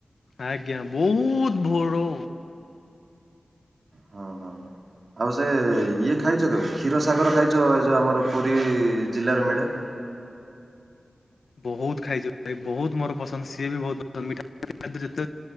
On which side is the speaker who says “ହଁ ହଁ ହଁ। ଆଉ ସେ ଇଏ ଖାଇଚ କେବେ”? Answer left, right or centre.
Right